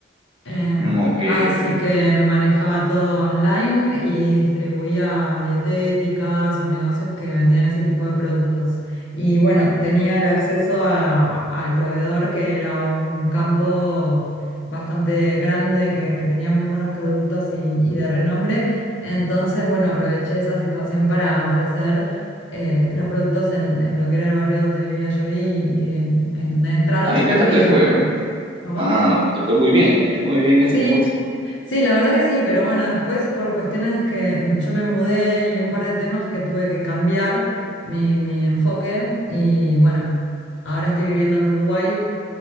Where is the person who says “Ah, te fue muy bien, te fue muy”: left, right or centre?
Right